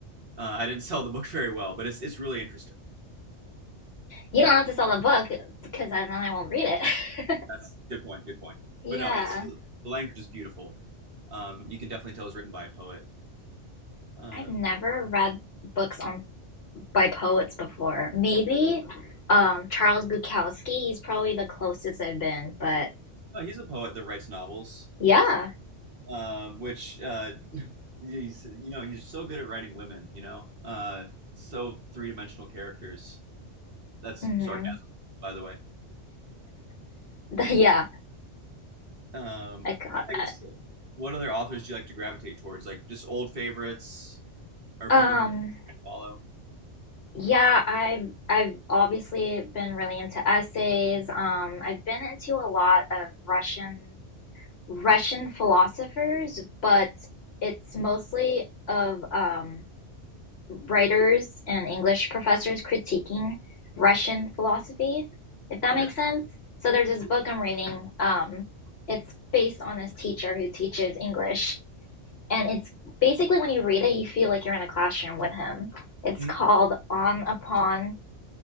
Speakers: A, on the right; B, on the left.
A: Uh, I didn't <laughs> sell the book very well, but it's it's really interesting.
B: You
A: Um,
B: don't have to sell the book because then I won't read it. <laughs>
A: that's good point. Good point.
B: Yeah,
A: But no, it's the language is beautiful. Um, you can definitely tell it's written by a poet. Uh,
B: I've never read books on by poets before. Maybe um Charles Bukowski, he's probably the closest I've been, but
A: no, he's a poet that writes novels,
B: yeah.
A: um, which uh, he's you know he's so good at writing women. You know, uh, so three dimensional characters. That's
B: hmm
A: sarcasm, by the way.
B: <laughs> yeah,
A: Um,
B: I got
A: I guess
B: that.
A: uh, what other authors do you like to gravitate towards? Like just old favorites or
B: Um
A: people who you follow?
B: yeah, I've I've obviously been really into essays. Um I've been into a lot of Russian Russian philosophers, but it's mostly of um writers and English professors critiquing Russian philosophy, if that
A: Okay.
B: makes sense. So there's this
A: Yeah.
B: book I'm reading. Um, it's based on this teacher who teaches English, and it's basically when you read it, you feel like you're in a classroom with him. It's
A: Mhm.
B: called On a Pond